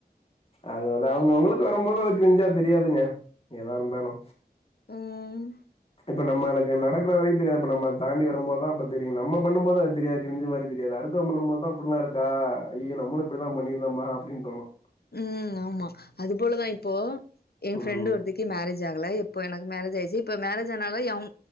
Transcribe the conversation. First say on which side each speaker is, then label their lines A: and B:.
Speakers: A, on the left; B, on the left.
A: அது வந்து அவுங்க அவுங்களுக்கு வரம்போது அது கிஞ்சா தெரியாதுங்க ஏதா இருந்தாலு
B: ம்
A: இப்ப நம்மளுக்கு நடக்ற வரைக்கு தெரியாது இப்ப நம்ம தாண்டி வரும் போதா அப்ப தெரியு நம்ம பண்ணும் போது அது தெரியாது கிஞ்சி மாரி தெரியாது அடுத் சுதம் பண்ணு போது தா இப்புல்லா இருக்கா ஐய்யய நம்மளு இப்டி தா பண்ணியிருந்தம்மா அப்டின் தோணு
B: ம் ஆமா அது போலதா இப்போ என்
A: ம்
B: ஃப்ரெண்டு் ஒருத்திக் கி மேரேஜ் ஆகல இப்ப எனக்கு மேரேஜ் ஆயிச்சு இப்ப மேரேஜ் ஆனாலு எவ்